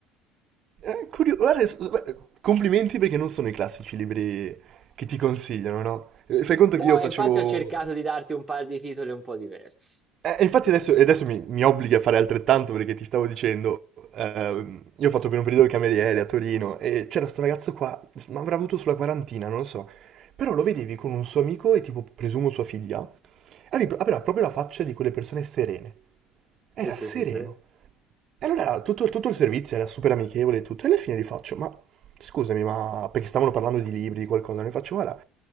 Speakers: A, on the right; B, in the centre.
A: Eh, curio- guarda, s- beh, complimenti perché non sono i classici libri che ti consigliano, no? Eh, Fai conto
B: No,
A: che io
B: e
A: facevo...
B: infatti ho cercato di darti un paio di titoli un po' diversi.
A: Eh, e infatti adesso, e adesso mi, mi obblighi a fare altrettanto perché ti stavo dicendo, ehm, io ho fatto per un periodo il cameriere a Torino e c'era sto ragazzo qua, ma avrà avuto sulla quarantina, non lo so. Però lo vedevi con un suo amico e tipo, presumo sua figlia, aveva aveva proprio la faccia di quelle persone serene. Era
B: Sì, sì,
A: sereno.
B: sì, sì.
A: E allora tutto, tutto il servizio era super amichevole e tutto, e alla fine gli faccio, ma scusami, ma perché stavano parlando di libri, di qualcosa, ne faccio, guarda,